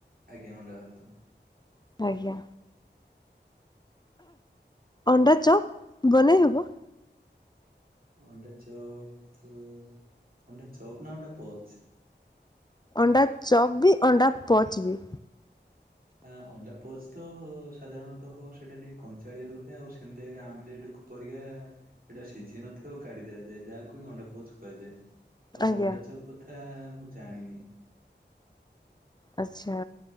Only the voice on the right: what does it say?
ଆଜ୍ଞା ଅଣ୍ଡା ଭାତ।
ଅଟେ ଚୋପ ଅଣ୍ଡା ଚୋପ ନା ଅଣ୍ଡା ପଚ୍?
ଆ ଅଣ୍ଡା ପଚ୍ ତ ସାଧାରଣତଃ ସେଇଟା ଟିକେ କଞ୍ଚାଳିଆ ରୁହେ ଆଉ ସେମତି ଆଜ ଆମ୍ବଲେଟକୁ ପରିକା ସେଇଟା ସିଝି ନଥିବ ଆଉ କାଢି ଦିଆଯାଏ ଯାହାକୁ ହିଁ ଅଣ୍ଡାପୋଚ କୁହାଯାଏ। ଆଉ
ଅଣ୍ଡଚପ କଥା ମୁଁ ଜାଣିନି।